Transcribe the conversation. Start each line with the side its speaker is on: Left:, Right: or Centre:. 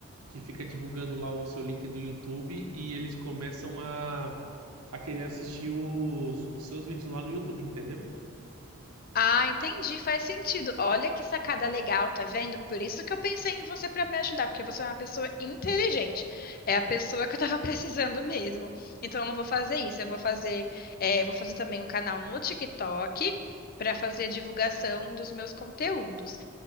Right: que fica divulgando lá o seu link do YouTube e eles começam a, a querer assistir os, os seus vídeos lá no YouTube, entendeu?
Left: Ah, entendi, faz sentido. Olha que sacada legal, tá vendo? Por isso que eu pensei em você para me ajudar, porque você é uma pessoa inteligente. É a pessoa que eu tava <laughs> precisando mesmo. Então eu vou fazer isso, eu vou fazer, eh, vou fazer também um canal no TikTok para fazer a divulgação dos meus conteúdos.